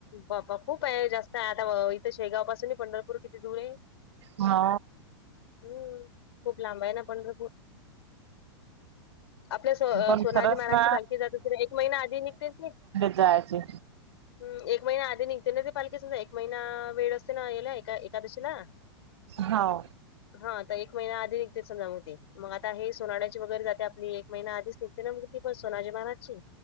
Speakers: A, on the left; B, on the right.
A: बापा खूप आहे जास्त आहे आता इथ शेगाव पासून पंढरपूर किती दूर हे.
B: हा
A: हम्म खूप लांब आहे ना पंढरपूर. आपल्या स
B: पण
A: सोनाजी
B: खरंच
A: महाराजची
B: ना
A: पालखी जात त एक महिना आधी निघते ती
B: जायचे.
A: हम् एक महिना आधी निघते ना ते पालखीच एक महिना वेळ असते ना याला एका एकादशीला.
B: हो
A: हा तर एक महिना आधी निघते समजा म ती मग आता हे सोनळ्याची वगैरे जाते आपली एक महिना आधीच निघते ना ती पण सोनाजी महाराजची.